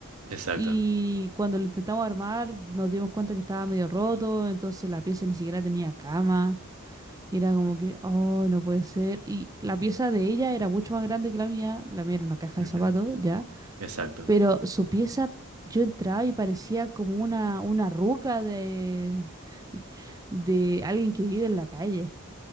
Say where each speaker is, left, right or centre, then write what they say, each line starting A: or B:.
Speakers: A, on the right; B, on the right.
A: Exacto.
B: Y cuando lo intentamos armar, nos dimos cuenta que estaba medio roto, entonces la pieza ni siquiera tenía cama. Y era como que, oh, no puede ser. Y la pieza de ella era mucho más grande que la mía, la mía era una caja
A: Ujú,
B: de zapatos, ya.
A: Exacto.
B: Pero su pieza, yo entraba y parecía como una, una ruca de, <laughs> de alguien que vive en la calle